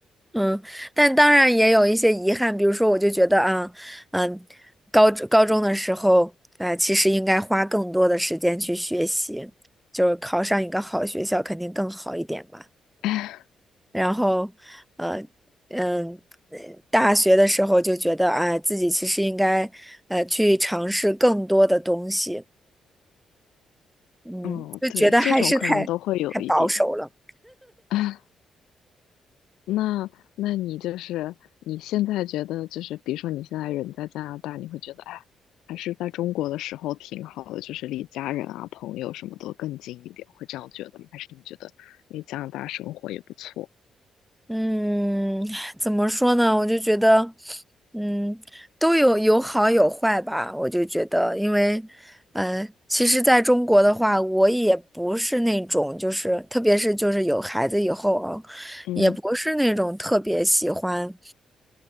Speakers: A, in the centre; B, on the left.
A: 嗯，但当然也有一些遗憾，比如说，我就觉得啊，嗯，高高中的时候，呃，其实应该花更多的时间去学习，就是考上一个好学校肯定更好一点嘛。
B: <laughs>
A: 然后，呃，嗯，呃大学的时候就觉得，哎，自己其实应该，呃，去尝试更多的东西，嗯，
B: 嗯，
A: 就觉得还是太太保守了。
B: 对，这种可能都会有一点。<laughs> 那那你就是你现在觉得就是，比如说你现在人在加拿大，你会觉得哎，还是在中国的时候挺好的，就是离家人啊、朋友什么都更近一点，会这样觉得吗？还是你觉得你加拿大生活也不错？
A: 嗯，怎么说呢？我就觉得，嗯，都有有好有坏吧。我就觉得，因为，嗯、其实在中国的话，我也不是那种，就是特别是就是有孩子以后啊，
B: 嗯，
A: 也不是那种特别喜欢。